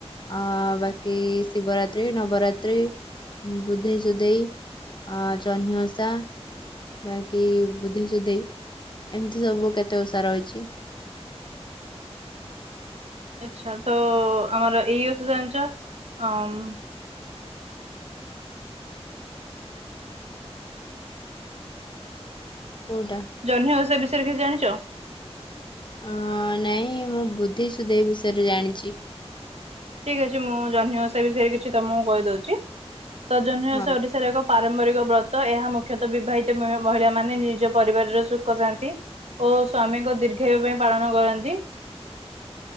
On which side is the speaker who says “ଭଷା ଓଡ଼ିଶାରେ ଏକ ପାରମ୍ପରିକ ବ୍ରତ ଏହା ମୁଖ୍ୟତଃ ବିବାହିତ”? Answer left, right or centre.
Right